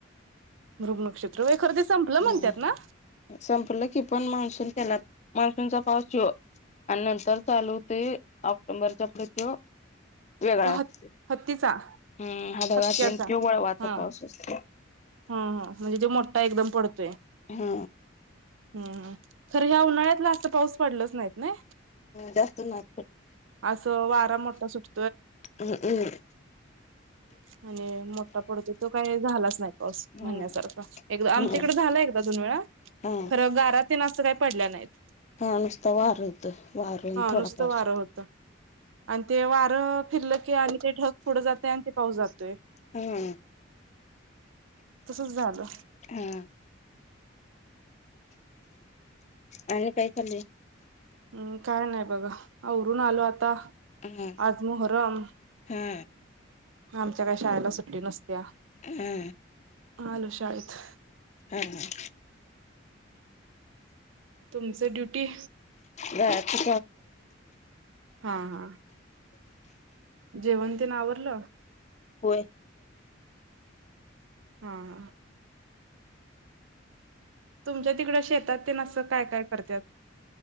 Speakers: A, on the right; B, on the left.
A: मृग नक्षत्र खरं ते संपलं
B: हम
A: म्हणतात ना
B: संपलं की पण मान्सून त्यांला मान्सूनचा पाऊस शिव आणि नंतर चालूते ऑक्टोबरच्या पृत्यू वेगळा
A: तो
B: असते
A: ह हत्तीचा
B: हम्म
A: हतक्याचा
B: आात तेि वळवाचा
A: हा
B: पाऊस असतो
A: हा हा म्हणजे तो मोठा एकदम पडतोय
B: हा
A: ह खर ह्या उन्हाळ्यातला असत पाऊस पडलच नाही ना
B: जास्त नाद
A: अस वारा मोठा सुट
B: हम् हम्
A: <inaudible> आणि मोठा पडतो तो काय झालाच नाही पाऊस म्हणण्यासारखा
B: हा
A: एकदा आमच्याकडे
B: हम्म
A: झाला एकदा त व
B: हा
A: खर गारात अस का पडल्या नाहीत
B: हा नुसत वार होतं वार आणि
A: हा
B: थोडा
A: नुसतं
B: पाऊस
A: वारं
B: होता
A: होतं आणि तेव फिरलं क आणि ते ढग पुढं जाते आणि ते पाऊस जातोय
B: हम्म
A: तसच झालं
B: हा आणि काय खल
A: हम् काय नाही बघा उरून आलो आता
B: हा
A: आजमोहर रम
B: हा
A: आमच्या काही शाळेला सुट्टी नसत्या
B: हा
A: हलोष आहेतच
B: हम ह
A: तुमच ड्युटी
B: द ठी
A: हा हा जेवंती ना आवरलं
B: होय
A: हा तुमच्या तिकडं शेतात ते नसं काय काय करतात